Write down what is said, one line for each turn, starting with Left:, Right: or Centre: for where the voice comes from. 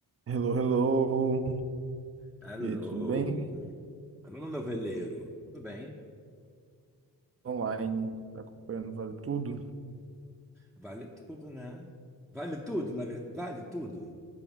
Right: Hello, hello.
Centre: Alô?
Right: E aí, tudo bem?
Centre: Alô, meu noveleiro. Tudo bem?
Right: Online, tá acompanhando Vale Tudo?
Centre: Vale tudo, né? Vale tudo, na verdade. Vale tudo?